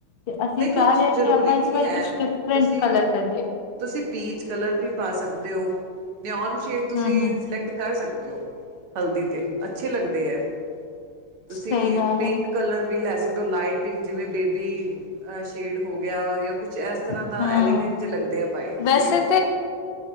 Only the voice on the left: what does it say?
ਤੇ ਅਸੀਂ
ਚਾਹ ਰਹੇ ਹਾਂ
ਕਿ ਆਪਾਂ
ਇਸ ਵਾਰ
ਕੁਛ ਡਿਫਰੈਂਟ
ਕਲਰ ਕਰੀਏ
ਹਮ ਹਮ
ਸਹੀ ਗੱਲ
ਹੈ
ਹਮ
ਵੈਸੇ